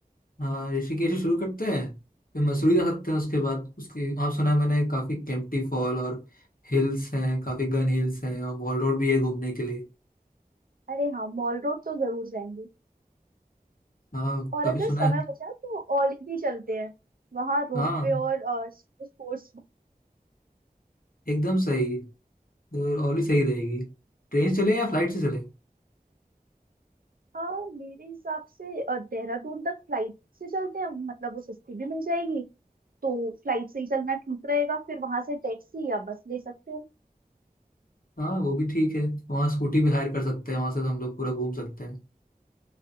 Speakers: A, on the left (about 65°); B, on the right (about 65°).
A: हाँ ऋषिकेश से शुरू करते हैं फिर मसूरी जा सकते हैं उसके बाद उसके आप सुना है मैंने काफ़ी केम्प्टी फॉल और हिल्स हैं काफ़ी गन हिल्स हैं और मॉल रोड भी है घूमने के लिए
B: अरे हाँ मॉल रोड तो जरूर जाएंगे
A: हाँ
B: और
A: काफ़ी
B: अगर
A: सुना
B: समय
A: है
B: बचा तो औली भी चलते हैं वहाँ रोपवे
A: हाँ
B: और स्पोर्ट्स
A: एकदम सही तो और भी सही रहेगी ट्रेन से चले या फ्लाइट से चले
B: आ, मेरे हिसाब से अ, देहरादून तक फ्लाइट से चलते हैं मतलब वो सस्ती भी मिल जाएगी तो फ्लाइट से ही चलना ठीक रहेगा फिर वहां से टैक्सी या बस ले सकते हैं
A: हाँ वो भी ठीक है वहाँ स्कूटी भी हायर कर सकते हैं वहाँ से हम लोग पूरा घूम सकते हैं